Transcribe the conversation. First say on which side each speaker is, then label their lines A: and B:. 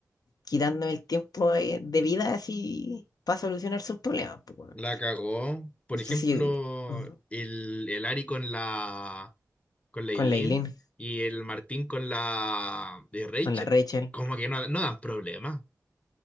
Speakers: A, on the left; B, on the left.
A: quitándome el tiempo de, de vida así para solucionar sus problemas, pues, weón.
B: La cagó. Por
A: No sé
B: ejemplo,
A: si ujú,
B: el, el Ari con la con la
A: con
B: Eileen
A: la Eileen,
B: y el Martín con la de Rachel,
A: con la Rachel.
B: como que no, no dan problemas.